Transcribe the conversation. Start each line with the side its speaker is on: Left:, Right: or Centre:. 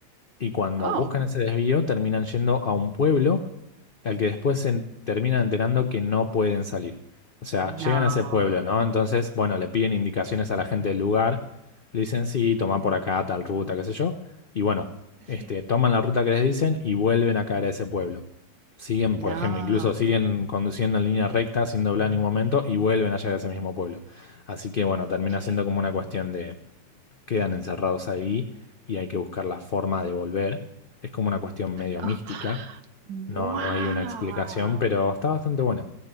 Left: Y cuando
Right: Oh,
Left: buscan ese desvío, terminan yendo a un pueblo al que después se en- terminan enterando que no pueden salir. O sea,
Right: no.
Left: llegan a ese pueblo, ¿no? Entonces, bueno, le piden indicaciones a la gente del lugar, le dicen, sí, toma por
Right: Sí,
Left: acá tal ruta, qué sé yo, y bueno,
Right: sí.
Left: este, toman la ruta que les dicen y vuelven a caer a ese pueblo. Siguen, por
Right: No,
Left: ejemplo, incluso siguen conduciendo en línea recta sin doblar en ningún momento y vuelven a llegar a ese mismo pueblo. Así que bueno, termina
Right: qué
Left: siendo como
Right: loco.
Left: una cuestión quedan encerrados ahí y hay que buscar la forma de volver. Es como una cuestión medio
Right: <laughs>
Left: mística,
Right: Wow.
Left: no, no hay una explicación, pero está bastante bueno.